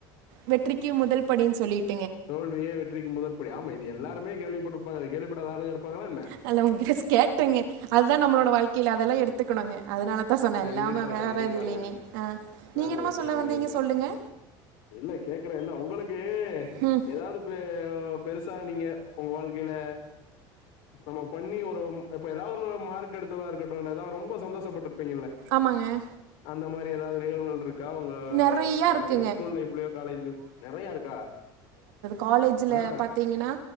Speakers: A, on the right (about 85°); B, on the left (about 75°).
A: வெற்றிக்கு முதல் படின்னு சொல்லிட்
B: தோல்வியே வெற்றிக்கு முதற்படி ஆமா இது எல்லாருமே கேள்விப்பட்டிருப்பாங்க கேள்விப்படாத ஆளு இருப்பாங்களா என்ன
A: நா உங்கிட்ட கேட்டேங்க அதுதான் நம்மளோட வாழ்க்கையில அதெல்லா எடுத்துக்கணுங்க அதனால தா சொன்ன
B: கண்டிப்பா
A: இல்லாமல் வேறு
B: கண்டிப்பாங்க
A: எதும் இல்லைங்க ஆ நீங்க
B: நல்ல
A: என்னமோ
B: விஷயோ
A: சொல்ல
B: நல்ல
A: வந்தீங்க
B: விஷயோ
A: சொல்லுங்க
B: இல்ல கேக்குறேன் இல்ல உங்களுக்கு
A: ம்
B: ஏதாவது பெ பெருசா நீங்க உங்க வாழ்க்கையில நம்ம பண்ணி ஒரு இப்ப ஏதாவது ஒரு மார்க் எடுத்ததா இருக்கட்டும் ஏதாவது ரொம்ப சந்தோஷப்பட்டு இருப்பிங்கள
A: ஆமாங்க
B: அந்த மாரி ஏதாவது நிகழ்வுகள் இரு க்கா உங்க
A: நெறையா
B: நடந்த
A: இருக்குங்க
B: ஸ்கூல் லைஃப்லயோ காலேஜ்லயு நறையா இருக்கா
A: காலேஜில
B: ஆ
A: பார்த்தீங்கன்னா